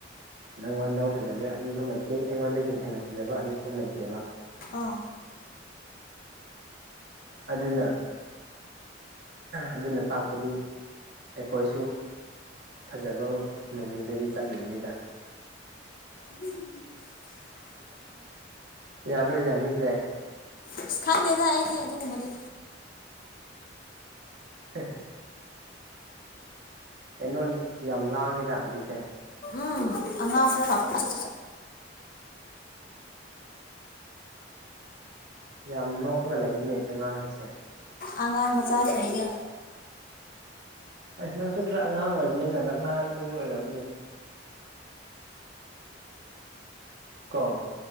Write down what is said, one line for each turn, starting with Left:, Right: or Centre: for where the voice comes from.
Right: ꯅꯪꯉꯣꯟꯗ ꯐꯖꯕ ꯑꯅꯤ ꯑꯍꯨꯝ ꯂꯩꯇꯦ ꯑꯩꯉꯣꯟꯗꯒꯤ ꯍꯦꯟꯅ ꯐꯖꯕ ꯑꯅꯤ ꯑꯍꯨꯝ ꯂꯩꯇꯦꯕ
Left: ꯑꯥ
Right: ꯑꯗꯨꯗꯅ ꯑꯗꯨꯅ ꯍꯥꯏꯗꯤ ꯑꯩꯈꯣꯏꯁꯨ ꯐꯖꯕ ꯃꯃꯤꯡꯗꯗꯤ ꯆꯠꯂꯤꯨꯏꯅꯤꯗ
Left: ꯎ
Right: ꯌꯥꯕ ꯌꯥꯅꯤ ꯗ
Left: ꯑꯁ ꯈꯪꯗꯦꯗ ꯑꯩꯗꯤ ꯑꯗꯨꯒꯨꯝꯕꯗꯤ
Right: ꯍ ꯀꯩꯅꯣ ꯌꯥꯝ ꯂꯥꯡꯉꯤꯗ ꯍꯧꯖꯤꯛꯁꯦ
Left: ꯎꯝ ꯑꯉꯥꯡ ꯈꯔ ꯂꯥꯛꯄ <unintelligible>
Right: ꯌꯥꯝ ꯅꯣꯛꯑꯒ ꯂꯩꯅꯦ ꯑꯉꯥꯡꯁꯤꯡꯁꯦ
Left: ꯑꯉꯥꯡ ꯃꯆꯥꯁꯤꯡꯗꯒꯤ
Right: ꯑꯁ ꯅꯪꯁꯨ ꯈꯔ ꯑꯉꯥꯡ ꯑꯣꯏꯕꯅꯤꯅ ꯂꯛꯅꯥꯅꯤꯡꯕ ꯑꯣꯏꯔꯝꯅꯤ ꯀꯣ